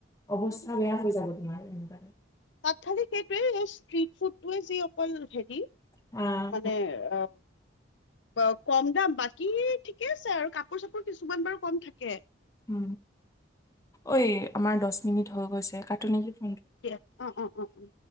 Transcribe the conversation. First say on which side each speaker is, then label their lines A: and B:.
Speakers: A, on the left; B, on the left.
A: অৱস্থা
B: উম,
A: বেয়া হৈ যাব তোমাৰ। কোনবা
B: তাত খালি কেক্ এ, ষ্ট্ৰিট ফুডটোৱে যি অক কল হেৰি।
A: উম
B: মানে অপ ক, কম দাম, বাকী, ঠিকে আছে আৰু কাপোৰ-চাপোৰ কিছুমান বাৰু কম থাকে।
A: উ। ঐ, আমাৰ দচ মিনিট হৈ গৈছে কাটো নিকি!
B: দিয়া। অ', অ', অ', অ'।